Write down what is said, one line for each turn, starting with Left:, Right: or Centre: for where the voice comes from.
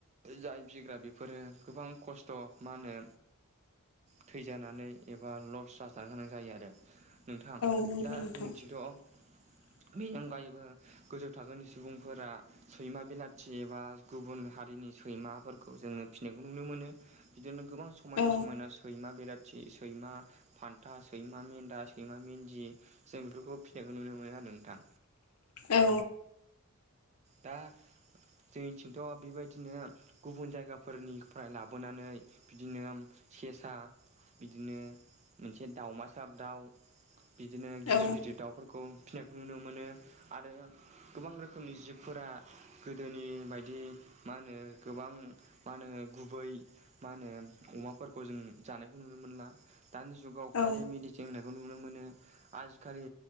Right: जाय बिग्रा बेफोरो गोबां खस्थ' मा होनो? थैजानानै एबा लस जाजानो गोनां जायो आरो। नोंथां
Left: औ नंगौ
Right: दा
Left: नोंथां
Right: जोंनिथिंथ'
Left: <inaudible>
Right: बेनि अगायैबो गोजौ थाखोनि सुबुंफोरा। सैमा बिलाथि एबा गुबुन हारिनि सैमाफोरखौ जोङो फिसिनायखौ नुनो मोनो। बिदिनो गोबां समायना
Left: औ
Right: समायना। सैमा बेलाथि सैमा फान्था सैमा मेन्दा सैमा मेन्दि जों बेफोरखौ फिनायखौ नुनो मोनो आरो नोंथां।
Left: औ।
Right: दा जोंनिथिंथ' बेबायदिनो। गुबुन जायगाफोरनिफ्राय लाबोनानै बिदिनो सेसा बिदिनो मोनसे दावमासार दाउ। बिदिनो गिदिर
Left: औ
Right: गिदिर दाउफोरखौ फिसिनायखौ नुनो मोनो आरो गोबां रोखोम। रोखोमनि जिब फोरा गोदोनि बायदि मा होनो गोबां मा होनो गुबै मा होनो अमाफोरखौ जों जानायखौ नुनो मोनला दानि जुगाव खालि
Left: औ
Right: मिडिसिन होनायखौ नुनो मोनो। आजि खालि